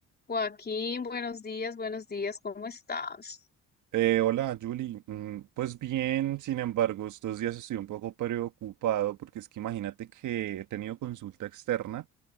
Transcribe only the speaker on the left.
Joaquín, buenos días, buenos días, ¿cómo estás?